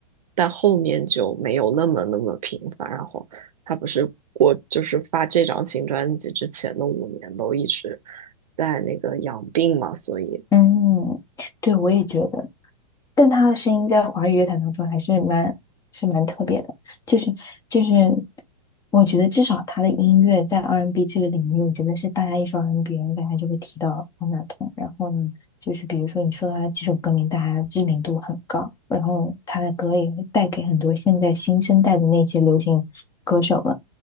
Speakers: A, on the right; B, on the left.
A: 但后面就没有那么那么频繁，然后他不是我就是发这张新专辑之前的五年都一直在那个养病嘛，所以
B: 嗯，对，我也觉得。但他的声音在华语乐坛当中还是蛮是蛮特别的，就是就是，我觉得至少他的音乐在 R&B n 这个领域，我觉得是大家一说 R&B，n 大家就会提到方大同。然后呢，就是比如说你说他几首歌名，大家知名度很高，然后他的歌也会带给很多现在新生代的那些流行歌手们